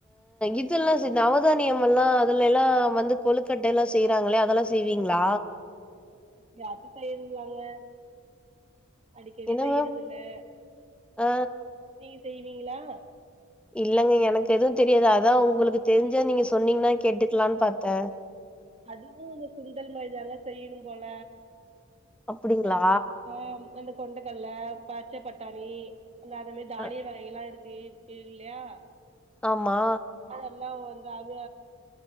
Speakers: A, in the centre; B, on the right.
A: இதெல்லா செ நவதானியம் எலாம் அதுல எலாம் வந்து கொழுக்கட்ட எல்லாம் செய்றாங்களே அதெலாம் செய்வீங்களா
B: பாத்து செய்லாங்க அடிக்கடி
A: என்னங்க
B: செய்றதுல
A: ஆ
B: நீ செய்வீங்களா
A: இல்லங்க எனக்கு எதுவும் தெரியாது அதான் உங்களுக்கு தெரிஞ்சா நீங்க சொன்னீங்கன்னா கேட்டுக்கலான்னு பாத்தேன்
B: அதுவும் இந்த சுண்டல் மாரிதாங்க செய்யணும் போல
A: அப்டிங்களா
B: அந்த ஆஹ வந்து கொண்டக்கல்ல பச்ச பட் சரி அந்த அது மாரி தானிய
A: அ
B: வக எல்லாம் இருக்கு சேரி <unintelligible> இல்லயா
A: ஆமா
B: எல்லாம் வந்து அவு